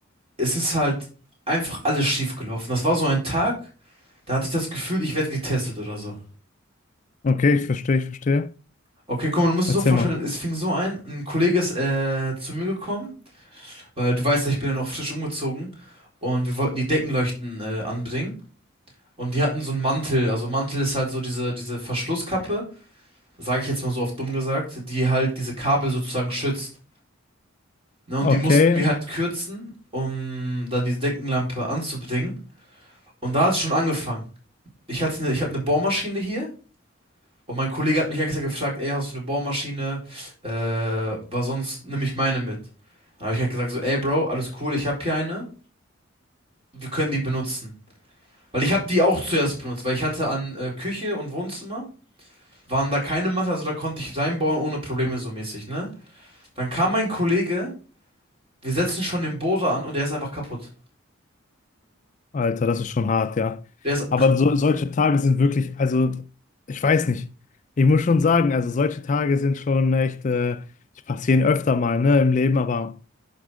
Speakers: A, on the right; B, on the left.
A: es ist halt einfach alles schief gelaufen. Das war so ein Tag, da hatte ich das Gefühl, ich werde getestet oder so.
B: Okay, ich verstehe, ich verstehe.
A: Okay, guck mal, du musst
B: Erzähl
A: es so vorstellen,
B: mal.
A: es fing so ein, ein Kollege ist äh, zu mir gekommen, weil du weißt ja, ich bin ja noch frisch umgezogen und wir wollten die Deckenleuchten äh, anbringen und die hatten so einen Mantel, also Mantel ist halt so diese, diese Verschlusskappe, sage ich jetzt mal so oft dumm gesagt, die halt diese Kabel sozusagen schützt. Ne, und
B: Okay,
A: die mussten wir halt kürzen, um dann diese Deckenlampe anzubringen. Und da hat es schon angefangen. Ich hatte eine, ich habe eine Bohrmaschine hier und mein Kollege hat mich extra gefragt, ey, hast du eine Bohrmaschine? Äh, weil sonst nehme ich meine mit. Dann habe ich halt gesagt so, ey Bro, alles cool, ich habe hier eine, wir können die benutzen. Weil ich habe die auch zuerst benutzt, weil ich hatte an äh, Küche und Wohnzimmer, waren da keine Matten, also da konnte ich reinbohren ohne Probleme so mäßig, ne? Dann kam mein Kollege, wir setzen schon den Bohrer an und der ist einfach kaputt.
B: Alter, das ist schon hart, ja.
A: Der ist,
B: Aber so, solche Tage sind wirklich, also ich weiß nicht. Ich muss schon sagen, also solche Tage sind schon echt, äh, die passieren öfter mal, ne, im Leben, aber.